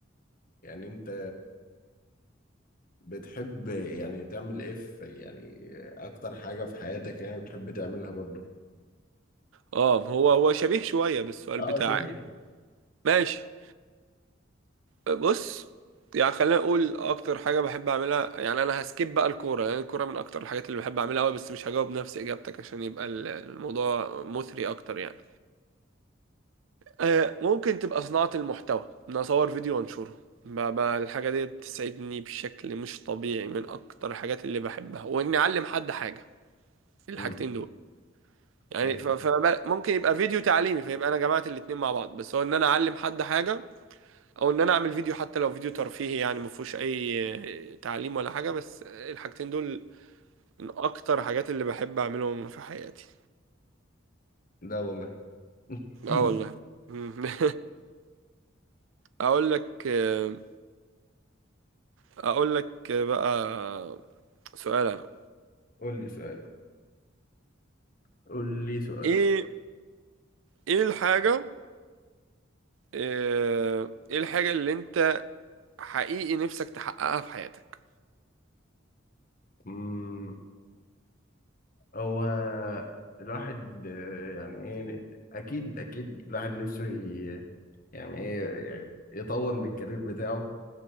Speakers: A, on the left; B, on the right.
A: يعني انت بتحب يعني تعمل ايه في يعني اكتر حاجة في حياتك يعني بتحب تعملها برضه
B: اه هو هو شبيه شويه بالسؤال
A: اه
B: بتاعك
A: شبيه
B: ماشي آه، بص يعني خلينا نقول اكتر حاجه بحب اعملها يعني انا هسكيب بقى الكوره لان يعني الكوره من اكتر الحاجات اللي بحب اعملها قوي بس مش هجاوب نفس اجابتك عشان يبقى ال- الموضوع مثري اكتر يعني آه، ممكن تبقى صناعة المحتوى ان اصور فيديو وانشره ب- ب- الحاجة دي بتسعدني بشكل مش طبيعي من اكتر الحاجات اللي بحبها واني اعلم حد حاجة الحاجتين
A: امم
B: دول يعني
A: ايوه
B: فممكن يبقى فيديو تعليمي فيبقى انا جمعت الاتنين مع بعض بس هو ان انا اعلم حد حاجة او ان انا اعمل فيديو حتى لو فيديو ترفيهي يعني ما فيهوش اي آه، تعليم ولا حاجة بس آه، الحاجتين دول من اكتر الحاجات اللي بحب اعملهم في حياتي
A: لا والله <laughs>
B: اه والله <laughs> اقول لك آه، اقول لك بقى سؤال انا
A: قول لي سؤال قول لي سؤال
B: ايه ايه الحاجة ايه إيه الحاجة اللي انت حقيقي نفسك تحققها في حياتك
A: امم هو الواحد آه، يعني ايه اكيد اكيد الواحد نفسه ي- يعني ايه يطور من الكارير بتاعه